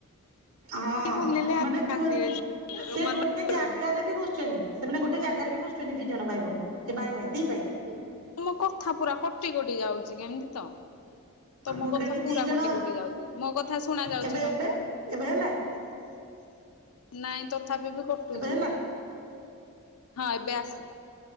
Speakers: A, on the right (about 85°); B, on the left (about 80°).
A: ହଁ
B: ଖୋଲିଲେ ଆଉ
A: ମାନେ କୁହନି
B: କାନ୍ଦିବେ ଜୋରେ
A: ସେ
B: ମନ
A: ଗୋଟେ
B: ରହିବନି।
A: ଜାଗାରେ ବି ବସୁଛନ୍ତି । ସେମାନେ ଗୋଟେ ଜାଗାରେ ବି ବସୁଛନ୍ତି ଦି ଜଣ ଭାଇ ଭଉଣୀ ଏ ଭାଇ ଭାଇ ଦି ଭାଇ ।
B: ମୋ କଥା ପୁରା କଟି କଟି ଯାଉଛି କେମିତି ତ । ତମ
A: ମୁଁ
B: କଥା
A: କହିଲି
B: ପୁରା
A: ଦି ଜଣ
B: କଟି କଟି ଯାଉଛି ମୋ କଥା ଶୁଣା ଯାଉଛି
A: ଏବେ
B: ତମକୁ
A: ଏବେ
B: ।
A: ଏବେ ହେଲା
B: ନାଇଁ ତ । ତଥାପି ବି କଟୁଛି
A: ଏବେ ହେଲା
B: ହଁ ଏବେ ଆସିଲା ।